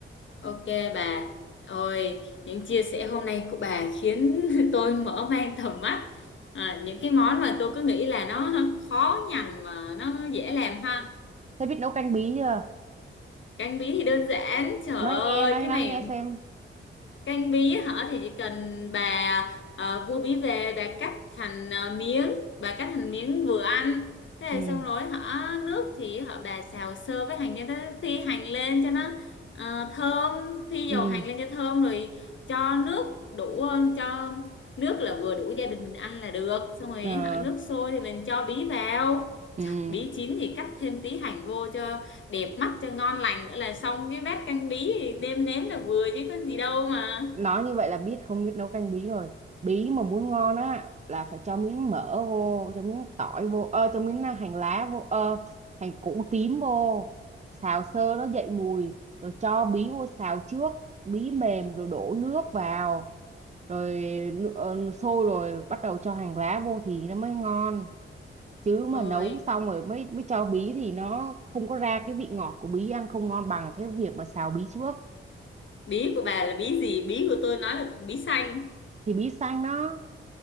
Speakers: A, on the left (about 65°); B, on the right (about 35°).
A: ok bà ôi những chia sẻ hôm nay của bà khiến <laughs> tôi mở mang tầm mắt à, những cái món mà tôi cứ nghĩ là nó <laughs> khó nhằn mà nó dễ làm ha
B: thế biết nấu canh bí chưa
A: canh bí thì đơn giản trời
B: nói
A: ơi
B: nghe nói
A: cái
B: nói
A: này
B: nghe xem
A: Canh bí hả thì chỉ cần bà ờ, mua bí về bà cắt thành ờ, miếng bà cắt thành miếng vừa ăn thế
B: ừ
A: là xong rồi hả nước thì hả bà xào sơ với hành cho nó phi hành lên cho nó ờ, thơm phi dầu
B: ừ
A: hành lên cho thơm rồi cho nước đủ ờ, cho nước là vừa đủ gia đình mình ăn là được xong rồi
B: ờ,
A: hả nước sôi thì mình cho bí vào
B: ừ
A: Trời, bí chín thì cắt thêm tí hành vô cho đẹp mắt cho ngon lành nữa là xong cái bát canh bí thì nêm nếm là vừa chứ có gì đâu mà
B: nói như vậy là biết không biết nấu canh bí rồi bí mà muốn ngon á là phải cho miếng mỡ vô cho miếng tỏi vô ơ cho miếng à, hành lá vô ơ hành củ tím vô xào sơ nó dậy mùi rồi cho bí vô xào trước bí mềm rồi đổ nước vào rồi nư- ờ, sôi rồi bắt đầu cho hành lá vô thì nó mới ngon chứ mà
A: ôi
B: nấu xong rồi mới mới cho bí thì nó không có ra cái vị ngọt của bí ăn không ngon bằng cái việc mà xào bí trước
A: bí của bà là bí gì bí của tôi nói là bí xanh
B: thì bí xanh đó